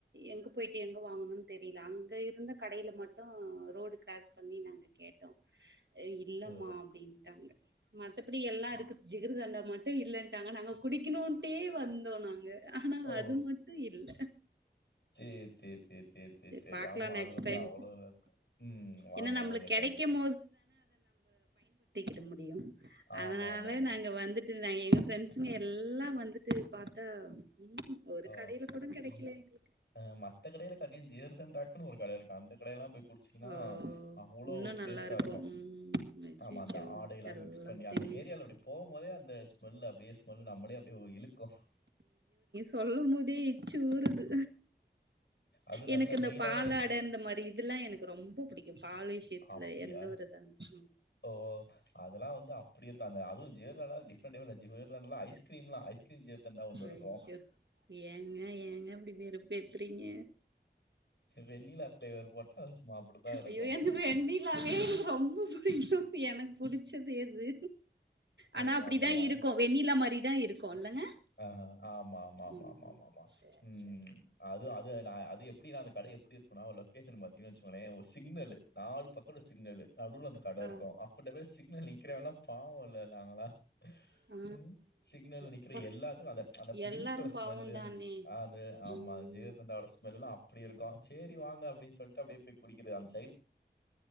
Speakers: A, on the right; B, on the left.
A: எங்க போயிட்டு எங்க வாங்கணுனு தெரியல அங்க இருந்த கடையில மட்டு ரோடு க்ரராஸ் பண்ணி நாங்க கேட்டோ இது இல்லமா
B: ஓ!
A: அப்படின்ட்டாங்க மத்தபடி எல்லா
B: ஆ.
A: இருக்குது ஜிகிர்தண்டா மட்டு இல்லன்ட்டாங்க நாங்க குடிக்கணுட்டே வந்தோ நாங்க ஆனா
B: ஓ!
A: அது மட்டு இல்ல
B: எ செரி செரி செரி
A: சரி
B: செரி
A: பார்க்கலாம்
B: ஆமா அது
A: நெக்ஸ்ட்
B: வந்து
A: டைம்
B: அவ்வளவு உம் வாங்க
A: ஏன்னா நம்மளுக்கு
B: வாங்க
A: கிடைக்கும்
B: கண்டிப்பா
A: த்த முடியு
B: ஆமா,
A: அதனால
B: ஆமா, ஆமாமா.
A: நாங்க வந்துட்டு நா எங்க ஃப்ரெண்ட்ஸ்ங்க எல்லா வந்துட்டு பாத்தா ம்ஹும் ஒரு
B: ஓ
A: கடையில கூட கிடைக்கல
B: இ ய
A: எங்களுக்கு
B: மத்த கடையில <unintelligible> ஜிகர்தண்டாக்குனு ஒரு கட இருக்கு அந்த கடையெல்லாம் போய் குடிச்சீங்கனா
A: ஓ
B: அவ்ளோ
A: இன்னு
B: ஒரு
A: நல்லா
B: டேஸ்ட்டா இருக்கு
A: ம் அச்சச்சோ
B: ஆமா அந்த ஆடை எல்லா
A: எல்லாத்தையுமே
B: மிக்ஸ் பண்ணி அந்த ஏரியால அப்படி போம்போதே அந்த ஸ்மெல்லு அப்படியே ஸ்மெல்லு நம்மளயே அப்படியே இழுக்கு
A: சொல்லும்போதே எச்சு ஊறுது
B: அது
A: எனக்கு
B: நல்ல
A: இந்த
B: மெயினான
A: பாலாடை
B: ஏரியா.
A: இந்த மாரி இதெல்லா எனக்கு ரொம்போ புடிக்கூ பால் விஷயத்துல
B: அப்படியா?
A: எந்த ஒரு இது
B: ஓ! அதெல்லாம் வந்து அப்படி இருக்கு அது ஜிகர்தண்டா டிஃபரண்டு ஜிகர்தண்டா ஐஸ்கிரீம்ல்லா ஐஸ் கிரீம் ஜிகர்தண்டா ஒண்ணு
A: ஐயோ
B: இருக்கு
A: ஏங்க ஏங்க அப்படி வேறுப்பு ஏத்துறீங்க
B: வெண்ணிலா ஃபிளேவர் போட்டா சும்மா அப்படித்தான் இருக்கும்.
A: ஐயோ எனக்கு வெண்ணிலாவே எனக்கு ரொம்போ <unintelligible> எனக்கு புடிச்சது எது ஆனா
B: ஓ!
A: அப்படிதா
B: அப்படியா?
A: இருக்கு வெண்ணிலா மாரி தா இருக்கு இல்லங்க
B: ஆஹ் ஆமாமாமாமா
A: ம் சேரி
B: உம்
A: சேரி சேரி
B: அது அது து அது எப்படி அந்த கட எப்படி இருக்குனா லொகேஷன் பாத்தீங்கனா வெச்சுக்கங்களேன் ஒரு சிக்னல் நாலு பக்கோட சிக்னலு நடுவுல அந்த கட
A: ஆ
B: இருக்கு அப்பட சிக்னல்ல நிக்கிறவன் எல்லா பாவோல்ல நாங்கெல்லா
A: ஆ
B: உம் சிக்னல்ல நிக்
A: அப்பா
B: இல்ல எல்லாத்துக்கு அந்த அந்த மில்கோட
A: எல்லாரு
B: ஸ்மெல்லு
A: பாவந்தானே
B: அந்த ஆ ஆமா
A: ம்
B: ஜிகர்தண்டாவோட ஸ்மெல் லா அப்படி இருக்கு சேரி வாங்க அப்படினு சொல்லிட்டு அப்படியே போய் குடிக்கிறது அந்